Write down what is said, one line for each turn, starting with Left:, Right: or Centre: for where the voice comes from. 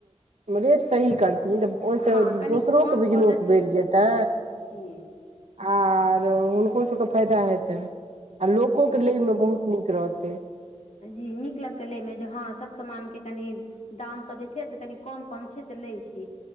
Right: रेट सही करतै तऽ ओहिसँ
Left: हँ कनि
Right: दोसरोके
Left: कम
Right: बिजनेस
Left: कऽ देथिन
Right: बढ़ि जेतै
Left: जी
Right: आर हुनको सबके फायदा हेतै आ लोकोक
Left: जी
Right: के लय मे बहुत नीक रहत
Left: जी नीक लगतै लेमे जे हँ सभ सामानके कनि दाम सब जे छै से कनी कम कम छै त लय छीय